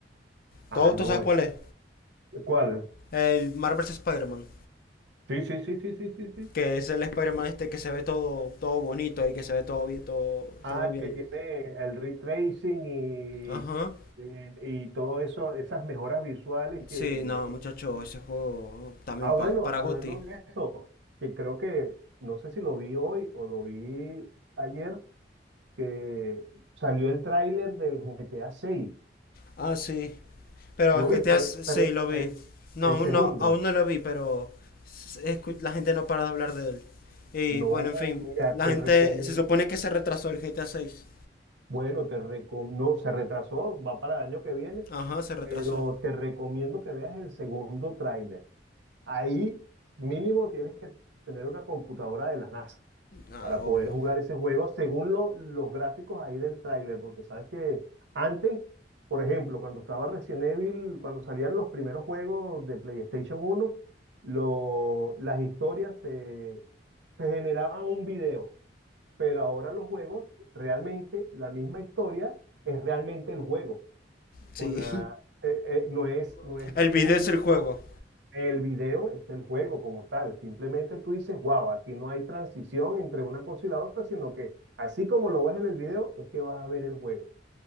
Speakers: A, on the right (about 80°); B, on the left (about 50°).
A: Ah,
B: ¿Todo
A: no,
B: tú sabes cuál
A: eh,
B: es?
A: ¿cuál?
B: El Marvel's Spider-Man.
A: Sí, sí, sí, sí, sí, sí, sí.
B: Que es el Spider-Man este que se ve todo, todo bonito y que se ve todo bien, todo,
A: Ah,
B: todo bien.
A: que tiene el retracing y,
B: Ajá.
A: y, y todo eso, esas mejoras visuales
B: Sí,
A: que
B: no, muchacho, ese juego también
A: Ah, bueno,
B: pa- para
A: hablando
B: Gotti.
A: de eso, que creo que, no sé si lo vi hoy o lo vi ayer, que salió el tráiler del GTA 6.
B: Ah, sí. Pero
A: ¿Lo
B: es que
A: viste?
B: te has... Sí,
A: Pero
B: lo vi.
A: el,
B: No,
A: el
B: aún
A: segundo.
B: no, aún no lo vi, pero s- escu- la gente no para de hablar de él. Y bueno,
A: No,
B: en fin,
A: mira,
B: la
A: te
B: gente
A: recomiendo.
B: se supone que se retrasó el GTA seis,
A: Bueno, te recomiendo. se retrasó, va para el año que viene,
B: Ajá, se retrasó.
A: pero te recomiendo que veas el segundo tráiler. Ahí mínimo tienes que tener una computadora de la NASA.
B: Ah,
A: para
B: obvio.
A: poder jugar ese juego según lo- los gráficos ahí del tráiler, porque sabes que antes, por ejemplo, cuando estaba Resident Evil, cuando salían los primeros juegos de PlayStation uno lo- las historias se, se generaban un video, pero ahora los juegos, realmente la misma historia es realmente el juego,
B: Sí,
A: con la, eh, eh, no es, no
B: <laughs>
A: es
B: El
A: que
B: video
A: es un
B: es
A: video.
B: el juego.
A: El video es el juego como tal. Simplemente tú dices, wow, aquí no hay transición entre una cosa y la otra, sino que así como lo ves en el video, es que vas a ver el juego.